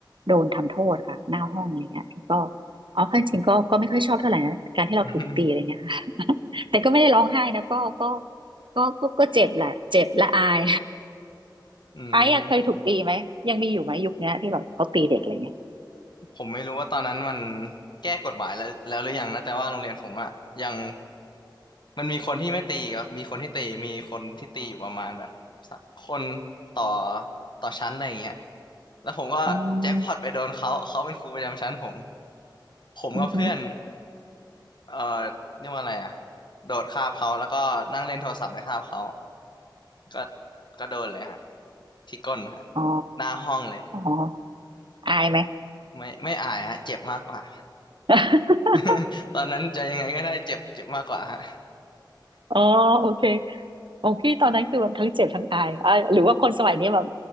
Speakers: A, on the right; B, on the left.
A: โดนทำโทษค่ะหน้าห้องอะไรเงี้ยพี่ก็อ๋อข้จริงๆก็ก็ไม่ค่อยชอบเท่าไหร่นะการที่เราถูกตีอะไรเงี้ยค่ะ
B: <laughs>
A: <laughs> แต่ก็ไม่ได้ร้องไห้นะก็ก็ก็ก็ก็เจ็บแหละเจ็บและอาย
B: อืม
A: ไอ้อะเคยถูกตีไหมยังมีอยู่ไหมยุคเนี้ยที่แบบเขาตีเด็กอะไรเงี้ย
B: ผมไม่รู้ว่าตอนนั้นมันแก้กฎหมายแล้วแล้วหรือยังนะแต่ว่าโรงเรียนผมอะยังมันมีคนที่ไม่ตีก็มีคนที่ตีมีคนที่ตีอยู่ประมาณแบบสักคนต่อต่อชั้นอะไรอย่างเงี้ยแล้วผมก็แจ็คพอตไปโดนเขาเขาเป็นครูประจำชั้นผม
A: อืม
B: ผมกับเพื่อน
A: อืมอหอ
B: เอ่อเรียกว่าอะไรอ่ะโดดคาบเขาแล้วก็นั่งเล่นโทรศัพท์ในคาบเขาก็ก็โดนเลยฮะที่ก้นฮะ
A: อ๋อ
B: หน้าห้องเลย
A: อ๋ออายไหม
B: ไม่ไม่อายฮะเจ็บมากกว่า
A: <laughs>
B: <laughs> ตอนนั้นจะยังไงก็ได้เจ็บเจ็บมากกว่าฮะ
A: อ๋อโอเคของพี่ตอนนั้นคือแบบทั้งเจ็บทั้งอายอ่ะหรือว่าคนสมัยนี้แบบ